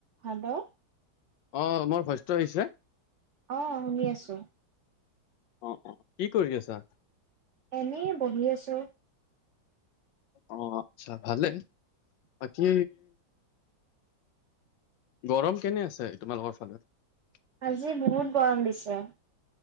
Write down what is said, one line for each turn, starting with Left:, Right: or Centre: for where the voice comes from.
Right: Hello
Left: অ মোৰ ভস্ত আহিছে
Right: অ শুনি আছো
Left: অ অ কি কৰি আছা
Right: এনেই বহি আছো
Left: অ আচ্ছা ভালে বাকী গৰম কেনে আছে তোমালোকৰ ফালত
Right: আজি বহুত গৰম দিছে